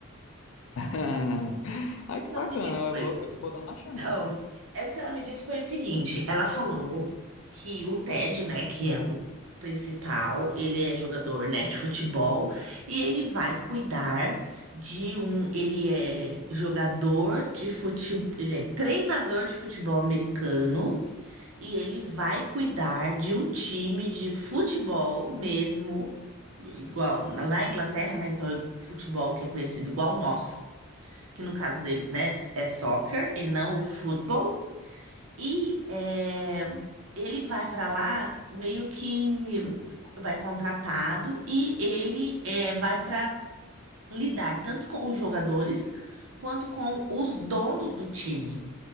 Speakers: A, on the left; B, on the right.
A: <laughs> Ai, que
B: E
A: bacana,
B: Ela me disse,
A: eu
B: foi
A: vou, eu vou dar uma chance.
B: Então, é o que ela me disse foi o seguinte, ela falou que o Ted, né, que é o principal, ele é jogador, né, de futebol e ele vai cuidar de um, ele é jogador de futebol, ele é treinador de futebol americano e ele vai cuidar de um time de futebol mesmo igual na na Inglaterra, né? Então, futebol que é conhecido igual o nosso, que no caso deles, né, é soccer e não o futebol e é, ele vai para lá meio que vai contratado e ele é, vai para lidar tanto com os jogadores quanto com os donos do time.